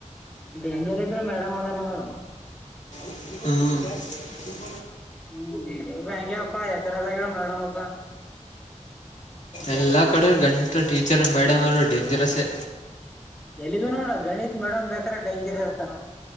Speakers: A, in the centre; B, on the left.
A: ಎಂದ ಮೇಡಮ ಅಂದ ಮೇಡ
B: ಹ್ಮ
A: ಹ್ಮ್ ಹೆಂಗಗೆಪ್ಪ ಯ ತರದಾಗ ಮಾಡಡಮಪ್ಪ ಅದಾರ
B: ಎಲ್ಲ ಕಡೆ ಗಣಿತ ಟೀಚರ್ ಮೇಡಮ್ ಅವರು ಡೇಂಜರಸ್ಸೇ
A: ಎಲ್ಲಿಗ ನೋಡ ಗಣಿತ್ ಮೇಡಮ್ ಬೇಕಾರ ಡೇಂಜರ್ ಇರ್ತಾರ